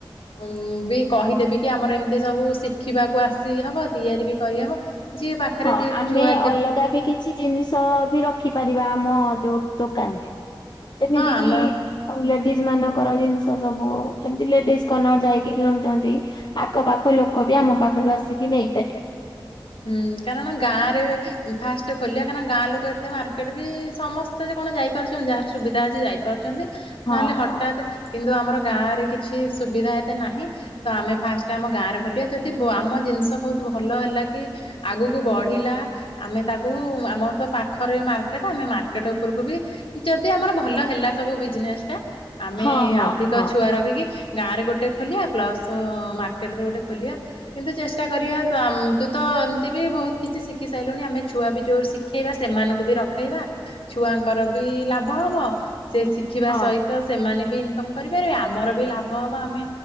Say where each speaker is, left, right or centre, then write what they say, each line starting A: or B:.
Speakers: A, on the left; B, on the left.
A: ଉ ବି କହିଦେବି କି ଆମର ଏମିତି ସବୁ ଶିଖିବାକୁ ଆସି ହବ ତିଆରି ବି କରିହବ ଯିଏ ପାଖରେ
B: ହଁ
A: ଯିଏ
B: ଆମେ
A: ଛୁଆ ଥିବେ
B: ଅଲଗା ବି କି ଛି ଜିନିଷ ବି ରଖିପାରିବା ଆମ ଯୋଉ ଦୋକାନରେ ଯେମିତି
A: ହଁ ଆମ
B: କିି ଆଉ ଲେଡିଜ୍ ମାନଙ୍କର ଜିନିଷ ସବୁ ଏମିତି ଲେଡିଜ୍ କର୍ଣର ଯାଇକି କିଣୁଛନ୍ତି। ଆଖ ପାଖ ଲୋକ ବି ଆମ ପାଖରୁ ଆସିକି ନେଇପାରିବେ।
A: ହୁଁ କାରଣ ଗାଁରେ ଫାଷ୍ଟ ଖୋଲିବା କାରଣ ଗାଁ ଲୋକ ଏତେ ମାର୍କେଟ ବି ସମସ୍ ସ୍ତେ କଣ ଯାଇପାରୁଛନ୍ତି ଯାହାର ସୁବିଧା ଅଛି ଯାଇପାରୁଛନ୍ତି
B: ହଁ
A: ନହେଲେ ହଠାତ୍।
B: ହଁ।
A: କିନ୍ତୁ ଆମର ଗାଁ ରେ କିଛି ସୁବିଧା ଏତେ ନାହିଁ। ତ ଆମେ ଫାଷ୍ଟ ଆମ ଗାଁରେ ଖୋଲିବା ଯଦି ବ ଆମ ଜିନିଷ ବହୁତ ଭଲ ହେଲା କି। ଆଗକୁ ବଢିଲା। ଆମେ ତାକୁ ଆମର ତ ପାଖରେ ମାର୍କେଟ ଆମେ ମାର୍କେଟ ଉପରକୁ ବି। ଯଦି ଆମର ଭଲ ହେଲା ସବୁ ବିଜନେସ୍ ଟା ଆମେ
B: ହଁ ହଁ
A: ଅଧିକ
B: ହଁ।
A: ଛୁଆ ରଖିକି। ଗାଁରେ ଗୋଟେ ଖୋଲିବା ପ୍ଲସ୍ ମାର୍କେଟରେ ଗୋଟେ ଖୋଲିବା କିନ୍ତୁ ଚେଷ୍ଟା କରିବା ତୁ ଆମ୍ ତୁ ତ ଏମିତି ବି ବହୁତ କିଛି ଶିଖି ସାଇଲୁଣି ଆମେ ଛୁଆ ବି ଯୋଉ ଶିଖେଇବା ସେମାନଙ୍କୁ ବି ରଖେଇବା। ଛୁଆଙ୍କ ର ବି ଲାଭ ହବ। ସେ ଶିଖିବା
B: ହଁ
A: ସହିତ। ସେମାନେ ବି ଇନକମ୍ କରିପାରିବେ, ଆମର ବି ଲାଭ ହେବ ଆମେ।